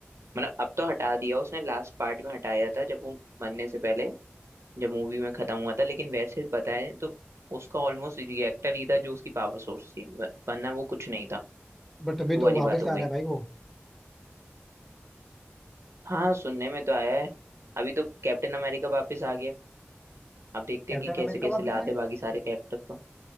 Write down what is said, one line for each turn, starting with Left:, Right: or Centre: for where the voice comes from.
Right: मतलब अब तो हटा दिया उसने लास्ट पार्ट में हटाया था जब वो बनने से पहले जब मूवी में खत्म हुआ था लेकिन वैसे बताए तो उसका ऑलमोस्ट रिएक्टर ही था जो उसकी पावर सोर्स थी व- वरना वो कुछ नहीं था
Centre: बट अभी
Right: वो वाली
Centre: तो वापस
Right: बात हो
Centre: आ
Right: गई
Centre: रहा है भाई वो
Right: हाँ सुनने में तो आया है अभी तो कैप्टन अमेरिका वापस आ गया अब देखते
Centre: कैप्टन
Right: हैं कि कैसे
Centre: अमेरिका
Right: कैसे
Centre: वापस
Right: लाते
Centre: आ गया
Right: हैं बाकी सारे कैरेक्टर को